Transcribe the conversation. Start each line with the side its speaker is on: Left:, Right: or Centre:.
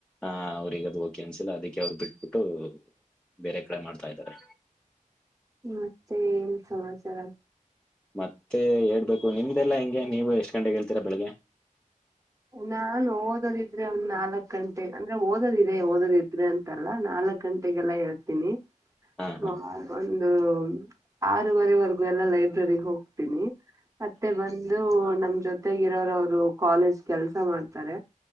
Centre: ಆ ಅವ್ರಿಗೆ ಅದು ಕೆನ್ಸಿಲ್ ಅದಕ್ಕೆ ಅವ್ರು ಬಿಟ್ಬಿಟ್ಟು. ಬೇರೆ ಕಡೆ ಮಾಡ್ತಾ ಇದ್ದಾರೆ.
Right: ಮತ್ತೆ ಏನ್ ಸಮಾಚಾರ.
Centre: ಮತ್ತೆ ಹೇಳ್ಬೇಕು ನಿಮ್ದಲ್ಲಾ ಹೆಂಗೆ ನೀವು ಎಷ್ಟ್ ಗಂಟೆಗೆ ಎಳ್ತೀರಾ ಬೆಳಿಗ್ಗೆ.
Right: ನಾನ್ ಓದೋದಿದ್ರೆ ಒಂದ್ ನಾಲ್ಕ್ ಗಂಟೆ ಅಂದ್ರೆ ಓದೋದಿದೆ ಓದೊದ ಇದ್ರೆ ಅಂತಲ್ಲಾ ನಾಲ್ಕ್ ಗಂಟೆಗೆಲ್ಲ ಎಳ್ತೀನಿ.
Centre: ಹಾ
Right: ಸ್ವಯ್
Centre: ಹಾ
Right: ಒನ್ ದು ಆರುವರೆವರ್ಗು ಎಲ್ಲಾ ಲೈಬ್ರಿಗ್ ಹೋಗ್ತೀನಿ. ಮತ್ತೆ ಬಂದು ನಮ್ ಜೊತೆಗಿರೋರ್ ಅವ್ರು ಕಾಲೇಜ್ ಕೆಲ್ಸ ಮಾಡ್ತಾರೆ.